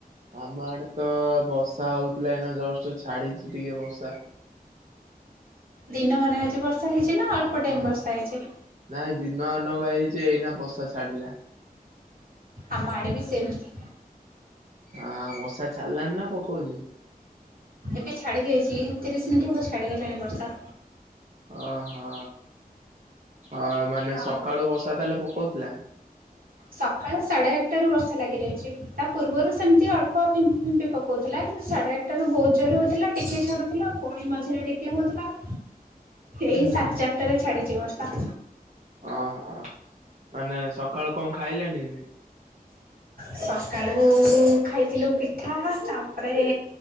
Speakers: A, on the right (about 50°); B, on the right (about 65°).
A: ଆମ ଆଡେ ତ ବଷା ହଉଥିଲା ଏଇନା ଜଷ୍ଟ ଛାଡିଚି ଟିକେ ବର୍ଷା।
B: ଦିନ ମାନେ ଆଜି ବର୍ଷା ହେଇଚି ନା ଅଳ୍ପ
A: ଓହୋ
B: ଟାଇମ ବର୍ଷା ହେଇଚି।
A: ନାଇଁ ଦିନମାନ ପାହେଇଚି ଏଇନା ବସା ଛାଡିଲା।
B: ଆମ ଆଡେ ବି ସେମିତି।
A: ହଁ ବସା ଛାଡ଼ିଲାଣି ନା ପକଉଚି?
B: ଏବେ ଛାଡି ଯାଇଚି ଏକତିରିଶ ମିନିଟ୍ ହବ ଛାଡିଗଲାଣି ବର୍ଷା।
A: ଅହୋ ଅ ମାନେ
B: ଆଉ
A: ସକାଳୁ ବସା ତାହେଲେ ପକଉଥିଲା?
B: ସକାଳେ ସାଢ଼େ ଆଠଟା ରୁ ବର୍ଷା ଲାଗି ରହିଚି। ତା ପୂର୍ବରୁ ସେମିତି ଅଳ୍ପ ଫିମ୍ପି ଫିମ୍ପି ପକଉଥିଲା କିନ୍ତୁ ସାଢ଼େ ଆଠଟା ରୁ ବହୁତ ଜୋରରେ ହଉଥିଲା ଟିକେ ଛାଡ଼ୁଥିଲା। ପୁଣି ମଝିରେ ଟିକେ ହଉଥିଲା ଏଇ
A: ହୁଁ
B: ସାଡେ ଚାରିଟାରେ ଛାଡିଚି ବର୍ଷା।
A: ଅ ହଁ ମାନେ ସକାଳୁ କ ଖାଇଲେଣି?
B: ସକାଳୁ ଖାଇଥିଲୁ ପିଠା ତାପରେ